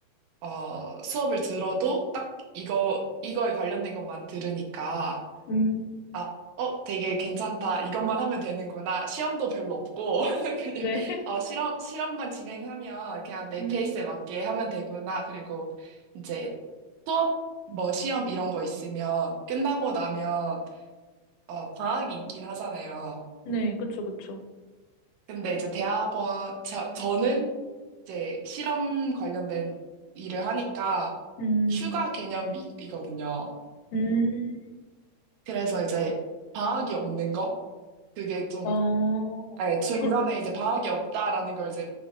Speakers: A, on the right; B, on the left.
A: 어, 수업을 들어도 딱 이거, 이거에 관련된 것만 들으니까,
B: 음,
A: 아, 어, 되게 괜찮다. 이것만 하면 되는구나. 시험도 별로 없고, <laughs> 그냥,
B: 네. <laughs>
A: 어, 실험, 실험만 진행하면 그냥 내
B: 음,
A: 페이스에 맞게 하면 되구나. 그리고 이제 수업, 뭐 시험 이런 거 있으면 끝나고 나면, 어, 방학이 있긴 하잖아요.
B: 네. 그쵸, 그쵸.
A: 근데 이제 대학원, 저, 저는 이제 실험 관련된 일을 하니까
B: 음,
A: 휴가 개념이거든요.
B: 음,
A: 그래서 이제 과학이 없는 거? 그게 좀,
B: 어,
A: 예, 중간에
B: 그,
A: 이제 과학이 없다라는 걸 이제,